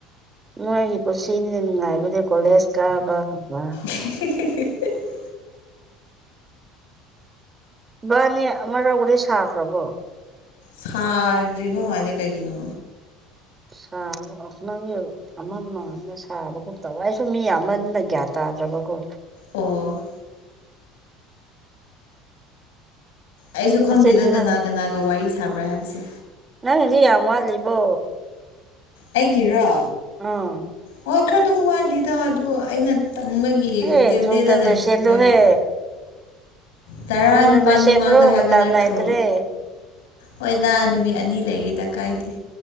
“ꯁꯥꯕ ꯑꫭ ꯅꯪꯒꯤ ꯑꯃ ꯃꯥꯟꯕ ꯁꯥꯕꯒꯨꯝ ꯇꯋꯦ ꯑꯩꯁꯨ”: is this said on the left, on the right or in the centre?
Right